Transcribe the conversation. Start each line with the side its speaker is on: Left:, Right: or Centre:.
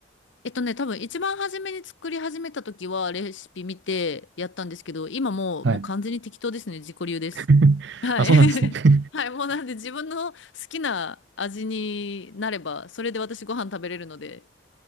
Left: えっとね、多分一番初めに作り始めた時はレシピ見てやったんですけど、今もう、
Right: はい。
Left: もう完全に適当ですね。自己流です。
Right: <laughs>
Left: はい。
Right: あ、そうなんですね。
Left: <laughs>
Right: <laughs> 確
Left: はい、もうなんで自分の好きな味になれば、それで私ご飯食べれるので